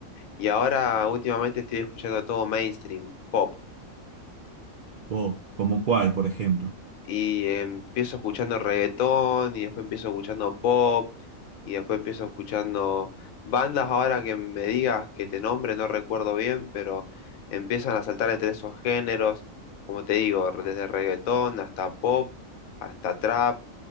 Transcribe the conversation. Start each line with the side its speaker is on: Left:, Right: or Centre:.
Left: Y ahora últimamente estoy escuchando todo mainstream, pop.
Right: ¿O como cuál, por ejemplo?
Left: y empiezo escuchando reggaetón y después empiezo escuchando pop y después empiezo escuchando bandas ahora que me digas que te nombre, no recuerdo bien, pero empiezan a saltar entre esos géneros, como te digo, desde reggaetón hasta pop, hasta trap,